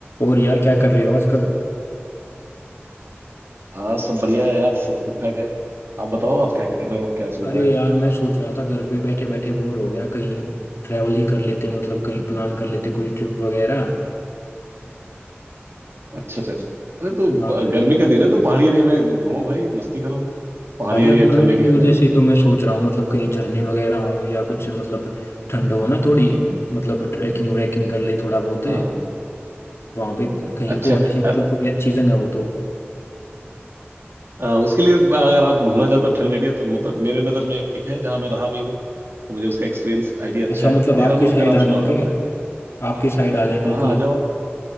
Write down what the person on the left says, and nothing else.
और यार क्या कर रहे हो आजकल
अरे
यार मैं सोच रहा था घर पे बैठे बैठे बोर हो गया कहीं ट्रैवल ही कर लेते मतलब कहीं प्लान कर लेते कोई ट्रिप वगैरह
हाँ बिल्कुल
हाँ यार
गर्मी
की
वजह से तो मैं सोच रहा हूँ मतलब कहीं झरने वगैरह हो या कुछ मतलब ठंड हो ना थोड़ी मतलब ट्रैकिंग व्रैकिंग कर ले थोड़ा बहुत
वहां पे कहीं
तो ऐसी मतलब
कोई अच्छी जगह हो तो
अच्छा
मतलब
आपके साइड
आ
जाऊं
के
आपके साइड आ जाए बिल्कुल